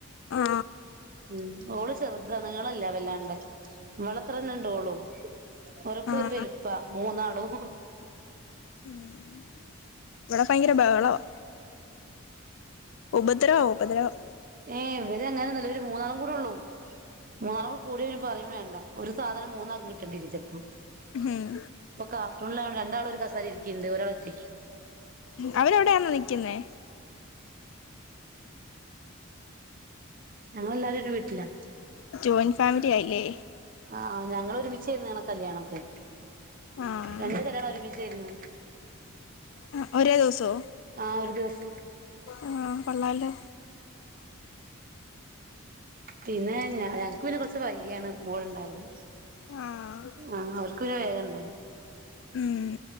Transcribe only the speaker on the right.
ഉം ഓള് ചെറുത നീ ളല്ല വല്ലാണ്ട് ഇവളത്രന്നെ ണ്ടാവോള്ളു ഓരൊക്കെ
ഒരു വലുപ്പ മൂന്നാളും
ഏ ഇവര് അങ്ങനെയൊന്നല്ല ഇവര് മൂന്നാളും കൂടെള്ളൂ മൂന്നാളും കൂടെ കൂടിയ ഇനി പറിം വേണ്ട ഒരു സാധനം മൂന്നാക്കും കിട്ടേണ്ടേരും ചെല് പ്പോ
ഇപ്പൊ കാർട്ടൂൺലാണ് രണ്ടാളും ഒര് കസേരേരി ക്കിണ്ട് ഒരാളെറ്റയ്ക്ക്
ഞങ്ങൾ എല്ലാരും ദര് വീട്ട്ലാ
ആ ഞങ്ങളൊരുമിച്ചേയ്ര്ന്ന് ഞങ്ങളെ കല്യാണൊക്കെ
രണ്ടു കല്യാണം ഒരുമി ച്ചേയ്ര്ന്നു
ആ ഒരു ദിവസം
പിന്നെ ഞങ്ങക്ക് പിന്നെ കൊറ്ച്ച് വൈകിയാണ് മോൾണ്ടായത്
ആ അവർക്ക് പിന്നെ വേഗണ്ട് ണ്ടായി